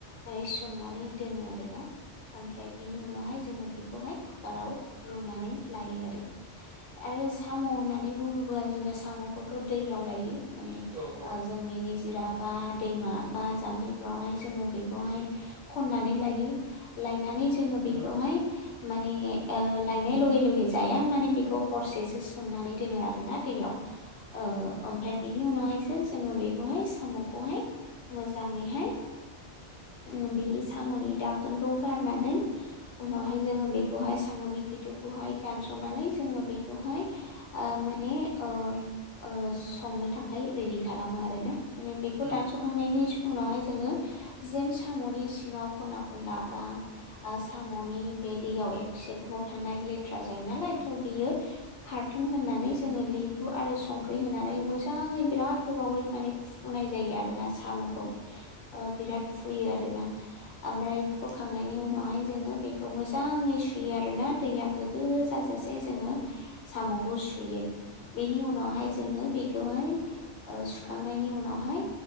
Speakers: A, on the left (about 70°); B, on the right (about 50°).
A: माने सोमनानै दोनो आरो ना ओमफ्राय बेनि उनावहाय जोङो बेखौहाय कुकाराव रुनानै लायो आरो आरो साम' होननानै बुङोब्ला जोङो साम'खौथ' दैयाव लायो माने
B: औ औ
A: जोंनि निजिरा बा दैमा बा जाम्फैफ्रावहाय जोङो बेखौहाय खननानै लायो लायनानै जोङो बेखौहाय
B: उम
A: माने ओ लायनाय लगे लगे जाया माने बेखौ हरसेसो सोमनानै दोनो आरोना। दैयाव। ओ ओमफ्राय बेनि उनावहायसो जोङो बेखौहाय साम'खौहाय मोजाङैहाय उ बिनि साम'नि दाखोनखौ गारनानै उनावहाय जोङो बेखौहाय साम'नि खिथुखौहाय दानस'नानै जोङो बेखौहाय ओ माने ओ ओ संनो थाखाय रेडि खालामो आरोना। माने बेखौ
B: उम
A: दानस'खांनायनि उनावहाय जोङो जेन साम'नि सिङाव खना खनला बा आं साम'नि बे दैयाव एबसे गोबाव थानाय लेथ्रा जायो नालाय थ' बियो खारथों होननानै जोङो लि हु आरो संख्रि होनानै मोजाङै बिराद गोबावै माने फुनाय जायो आरो ना साम'खौ। ओ बिराद फुयो आरो ना ओमफ्राय फुखांनायनि उनाव हाय जोङो बेखो मोजाङै सुयो आरोना दैया गोग्गो जाजासे जोङो। साम'खौ सुयो बेनि उनावहाय जोङो बेखौहाय ओ सुखांनायनि उनावहाय